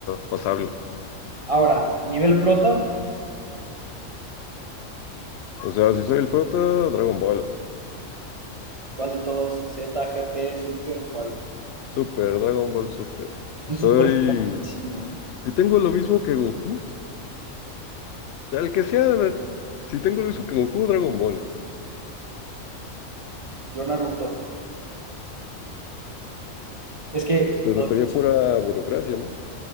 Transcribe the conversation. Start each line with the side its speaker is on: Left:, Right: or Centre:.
Left: pasable.
Right: Ahora, nivel prota,
Left: O sea, si soy el prota, Dragon Ball.
Right: ¿Cuál de todos? Z, G T Super, ¿cuál?
Left: Super, Dragon Ball Super. Si
Right: Un
Left: soy...
Right: Super está buenísimo, ¿eh?
Left: Si tengo lo mismo que Goku. Al que sea, a ver, si tengo el uso que Goku, Dragon Ball,
Right: Yo Naruto. Es que
Left: pues te
Right: los
Left: tocaría
Right: jutsu
Left: pura burocracia, ¿no?